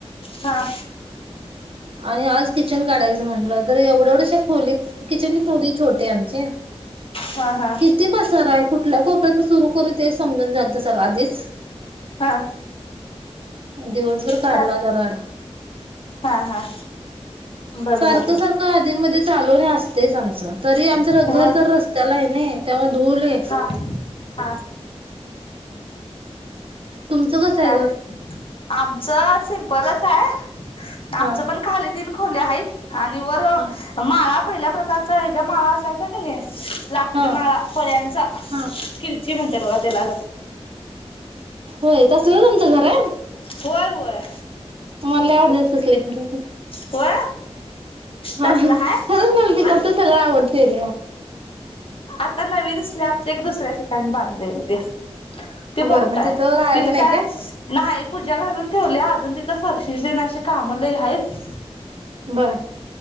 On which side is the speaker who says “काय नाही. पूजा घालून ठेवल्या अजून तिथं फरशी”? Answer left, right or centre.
Left